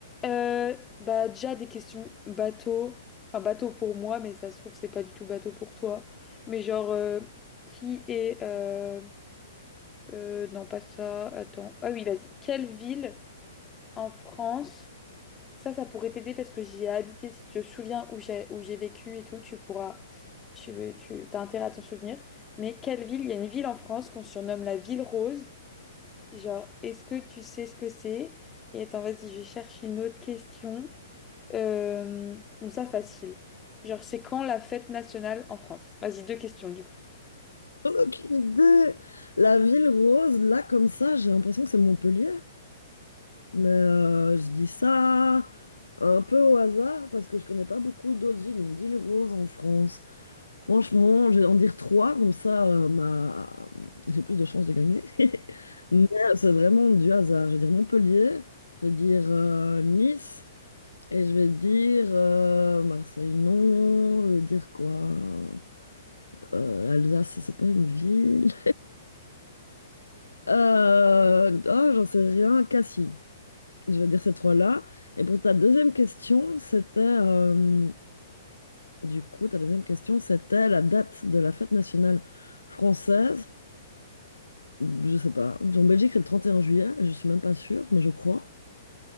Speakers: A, on the left (about 20°); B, on the left (about 85°).
A: Euh, bah déjà des questions bateau, enfin bateau pour moi mais ça se trouve c'est pas du tout bateau pour toi. Mais genre euh, qui est euh, euh, non pas ça, attends. Ah oui, vas-y. Quelle ville en France ça, ça pourrait t'aider parce que j'y ai habité. Si tu te souviens où j'ai où j'ai vécu et tout, tu pourras, tu, tu t'as intérêt à t'en souvenir. Mais quelle ville? Il y a une ville en France qu'on surnomme la ville rose. Genre, est-ce que tu sais ce que c'est? Et attends, vas-y, je cherche une autre question. Euh, bon, ça, facile. Genre, c'est quand la fête nationale en France? Vas-y, deux questions du coup.
B: J'en ai aucune idée. La ville rose, là, comme ça, j'ai l'impression que c'est Montpellier. Mais euh, je dis ça un peu au hasard parce que je connais pas beaucoup d'autres villes. Une ville rose en France. Franchement, je vais en dire trois, comme ça euh, ma... j'ai plus de chances de gagner. <laughs> Mais c'est vraiment du hasard. Je vais dire Montpellier, je vais dire euh, Nice, et je vais dire euh, Marseille, non. Je vais dire quoi? Euh, l'Alsace, c'est pas une ville. Euh... Oh, j'en sais rien, Cassis. Je vais dire ces trois-là. Et pour ta deuxième question, c'était... euh, Du coup, ta deuxième question, c'était la date de la fête nationale française. Je sais pas. En Belgique, c'est le 31 juillet, je suis même pas sûre, mais je crois.